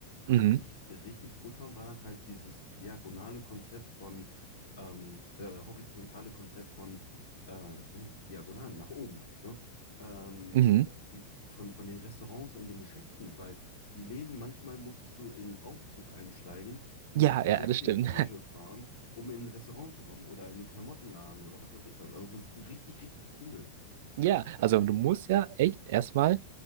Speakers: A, on the left; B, on the right.
A: Aber
B: Mhm.
A: was ich richtig cool fand, war halt dieses diagonale Konzept von, ähm, äh, horizontale Konzept von, äh, nee, diagonal, nach oben, ne? Ähm,
B: Mhm.
A: dieses, von, von den Restaurants und den Geschäften, weil die Läden, manchmal musstest du in einen Aufzug einsteigen und
B: Ja,
A: auf die
B: ja,
A: sechste
B: das stimmt.
A: Etage fahren, um in ein Restaurant zu kommen oder in einen Klamottenladen oder was weiß ich was. Also das ist richtig, richtig cool.
B: Ja, also du musst ja echt erstmal